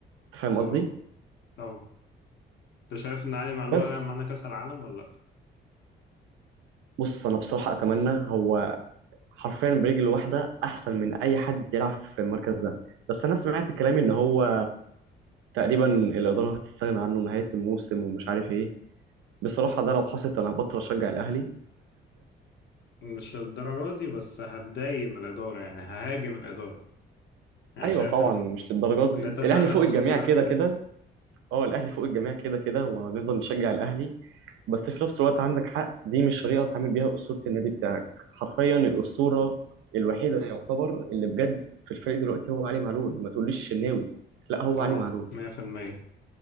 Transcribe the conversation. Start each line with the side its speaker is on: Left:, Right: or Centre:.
Right: أنت فاهم
Left: طبعا
Right: قصدي؟
Left: طبعا انت شايف ان علي معلول
Right: بس
Left: هيلعب معانا كاس العالم ولا لا
Right: بص أنا بصراحة أتمنى هو حرفيا برجل واحدة أحسن من أي حد يلعب في المركز ده بس أنا سمعت كلام إن هو تقريبا الإدارة هتستغنى عنه نهاية الموسم ومش عارف إيه بصراحة ده لو حصلت أنا هبطل أشجع الأهلي
Left: مش الدرجه دي بس هتضايق من الاداره يعني ههاجم الاداره يعني
Right: أيوة
Left: شايف
Right: طبعا
Left: ان
Right: مش للدرجات دي
Left: ان انت تعامل
Right: الأهلي فوق
Left: اساطيرك
Right: الجميع كده
Left: كده
Right: كده اه الاهلي فوق الجميع كده كده وهنفضل نشجع الاهلي بس في نفس الوقت عندك حق دي مش طريقه تعمل بيها اسطوره النادي بتاعك حرفيا الاسطوره الوحيده يعتبر اللي بجد في الفريق دلوقتي هو علي معلول ما تقوليش الشناوي لا هو
Left: طبعا
Right: علي معلول
Left: 100%